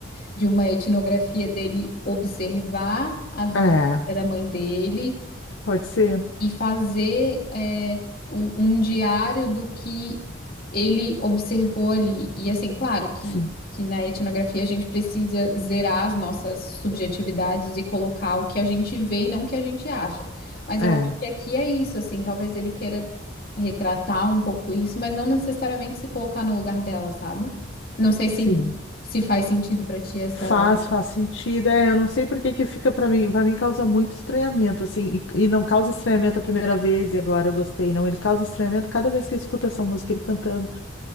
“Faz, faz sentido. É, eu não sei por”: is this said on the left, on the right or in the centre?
Left